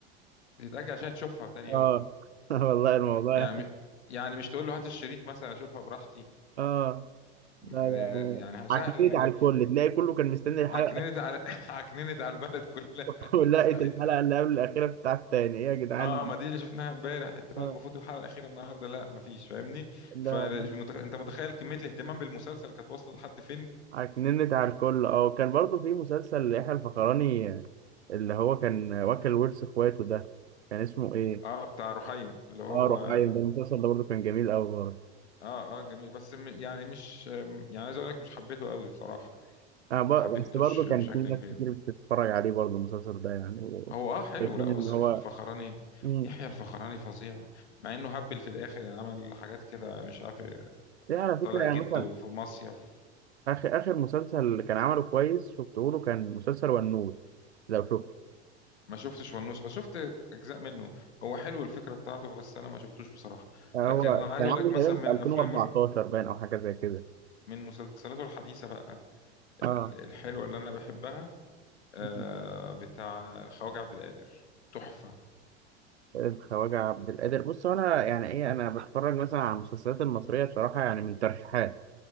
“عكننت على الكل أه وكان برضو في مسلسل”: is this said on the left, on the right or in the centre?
Right